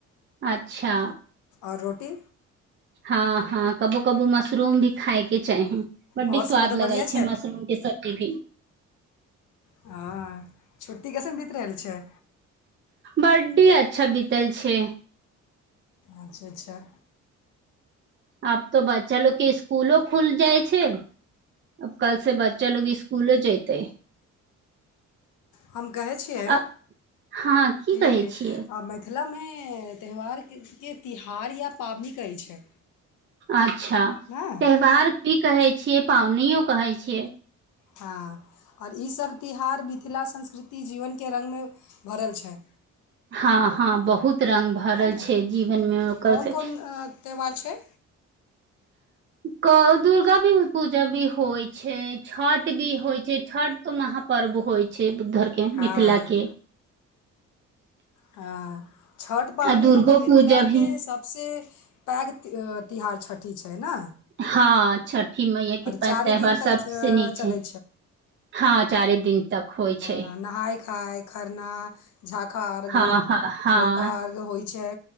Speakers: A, on the right; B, on the left.
A: अच्छा
B: ओर रोटी
A: हँ हँ कबो कबो मशरूम भी खायके चाही बड्डी
B: आओर
A: स्वाद
B: सब उधर बढ़िआँ
A: लगै छै मशरूम के सब्जी भी
B: हँ छुट्टी कैसन बीति रहल छै
A: <unintelligible> कडडी अच्छा बीतल छै
B: अच्छा अच्छा
A: अब तो बच्चा लोको के स्कूलो खुल जाइ छै अब कल से बच्चा लोग स्कूलो जएतै
B: हम कहई छियइ
A: अ हँ की
B: कि
A: कहै
B: मैथ
A: छियै
B: मिथिला मे त्यौहार के तिहार या पाबनि कहै छै
A: अच्छ अच्छा
B: ने
A: त्योहार की कहै छियै पावनो कहै छियै
B: हँ ओर ईसभ तिहार मिथिला संस्कृति जीवन के रङ्गमे भरल छै
A: हँ हँ बहुत रंग भरल
B: है ने
A: छै जीवन मे ओकर
B: कोन
A: से
B: कोन त्यौहार छै
A: क दुर्गा भी पूजा भी होइ छै छठ भी होइ छै छठ त महापर्व होइ छै बुद्धर के
B: हँ
A: मिथिला के <inaudible>
B: हँ छठि पाबनि
A: आ दुर्गो
B: मतलब मिथिला
A: पूजा भी
B: के सभसँ पैघ तिहार छठि छै न
A: हँ छठ ठी मैय के त्यौहार
B: चारि दिन तक
A: सबसँ
B: अ,
A: नीक
B: चलै
A: छै हँ चारे दिन तक होइ
B: अ,
A: छै
B: नहाय खाय खरना झाका अर्घ
A: हँ हँ हँ
B: भोरका अर्घ होइ छै